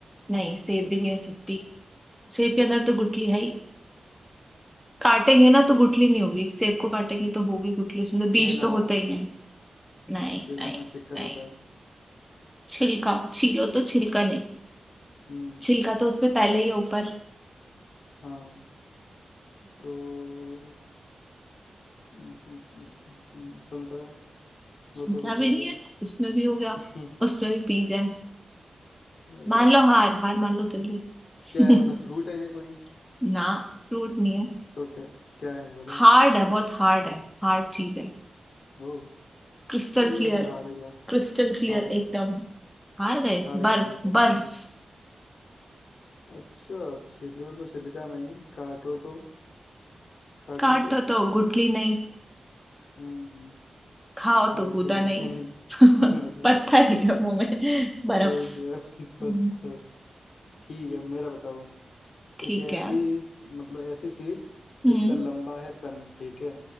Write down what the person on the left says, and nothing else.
केला
केला
में छिक्कल
होता है
हम्म
हाँ तो हम्म, हम्म, हम्म, हम्म, संतरा
वो तो होता
ही
है
हम्म,
अरे
यार
क्या है
मतलब फ्रूट है ये कोई
तो क्या क्या है बताओ
ओ
ठीक
है फिर हार गया
हार गया
हार गया
मैं बताओ
हम्म अच्छा छिलो तो छिलका नहीं काटो तो काटो
तो
हम्म
खाओ
तो गुदा
नहीं
<laughs> अरे यार
तो ये <laughs> पत्थर
ठीक है मेरा बताओ
एक ऐसी
मतलब ऐसी चीज
जिसका लंबा है तन ठीक है